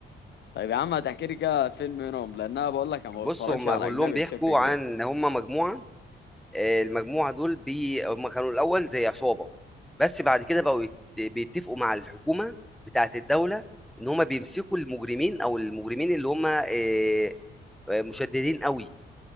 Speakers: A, on the left; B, in the centre.
A: طيب يا عم هتحكي لي كده فيلم منهم لان انا بقول لك انا ما
B: بص
A: بتفرجش
B: هم
A: على
B: كلهم
A: اجنبي
B: بيحكوا
A: بشكل كبير
B: عن ان هم مجموعه آه، المجموعه دول بي هم كانوا الاول زي عصابه بس بعد كده بقوا يت- بيتفقوا مع الحكومه بتاعه الدوله ان هم بيمسكوا المجرمين او المجرمين اللي هم آه، آه، مشددين قوي